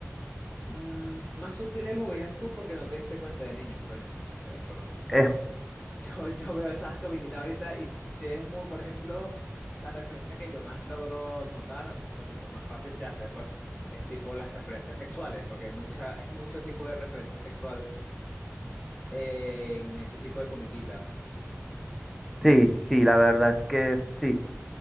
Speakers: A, on the left; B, in the centre.
A: Mm, más sutiles los veías tú porque no te diste cuenta de niño, creo yo. Yo, pero <laughs>
B: Es,
A: yo, yo, yo veo esas comiquitas ahorita y tienen, mu- por ejemplo, la referencia que yo más logro notar, o tipo más fácil se hace, pues, es tipo las referencias sexuales, porque hay mucha, hay mucho tipo de referencia sexual en ese tipo de comiquitas.
B: sí, sí, la verdad es que sí.